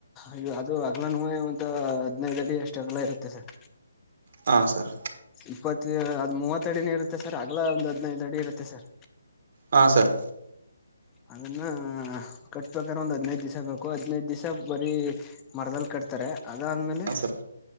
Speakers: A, on the left; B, on the right.
A: ಅದು ಅದು ಅಗ್ಲನುನೆ ಒಂದು ಹದನೈದಡಿ ಎಷ್ಟ್ ಅಗ್ಲ ಇರುತ್ತೆ ಸರ್
B: ಹಾ ಸರ್
A: ಇಪ್ಪತ್ ಅದ್ ಮೂವತ್ತ ಅಡಿನ ಇರುತ್ತೆ ಸರ್ ಅಗ್ಲ ಒಂದ್ ಹದ್ಿನೈದು ಅಡಿ ಇರುತ್ತೆ ಸರ್
B: ಹಾ ಸರ್
A: ಅದನ್ನ ಕಟ್ಬೇಕಾದ್ರೆ ಒಂದು್ ಹದ್ನೈದ ದಿವ್ಸ ಬೇಕು ಹದ್ಿನೈದ ದಿವ್ ಬರೀ ಮರದಲ್ಲಿ ಕಟ್ತಾರೆ ಅದಾದ್ಮೇಲೆ
B: ಸರ್